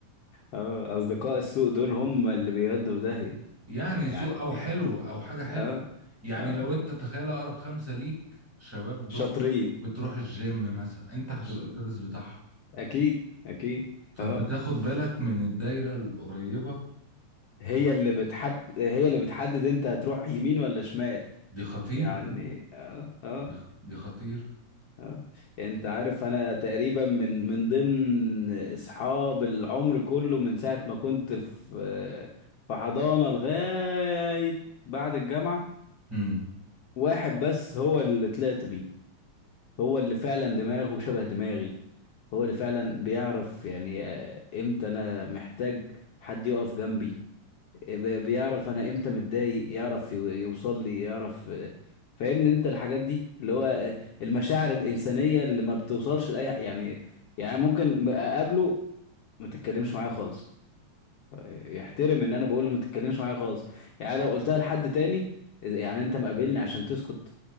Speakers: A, on the left; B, in the centre.
A: اه اصدقاء السوق دول هم اللي بيودوا في داهية
B: يعني
A: آه، يعني
B: سوء أو
A: ايه
B: حلو أو حاجة حلوة
A: اه
B: يعني
A: اه
B: لو أنت تخيل أقرب خمسة ليك شباب
A: شاطرين
B: بص بتروح الجيم مثلا أنت هتبقى
A: ش-
B: السادس بتاعهم
A: اكيد اكيد
B: فأنت
A: اه
B: تاخد بالك من الدايرة القريبة
A: هي اللي بتحك هي اللي بتحدد انت هتروح يمين ولا شمال
B: دي خطيرة
A: يعني
B: دي
A: اه اه
B: دي خ- دي خطيرة
A: اه انت عارف انا تقريبا من من ضمن اصحاب العمر كله من ساعة ما كنت في في حضانة لغاية بعد الجامعة
B: امم
A: واحد بس هو اللي طلعت بيه هو اللي فعلا دماغه شبه دماغي هو اللي فعلا بيعرف يعني آه، امتى انا محتاج حد يقف جنبي ب- بيعرف انا امتى متضايق يعرف يو- يوصل لي يعرف آه، فاهمني انت الحاجات دي اللي هو آه، المشاعر الانسانيه اللي ما بتوصلش لاي ح- يعني يعني ممكن م- اقابله ما تتكلمش معايا خالص آه، يحترم ان انا بقول له ما تتكلمش معايا خالص يعني لو قلتها لحد تاني يعني انت مقابلني عشان تسكت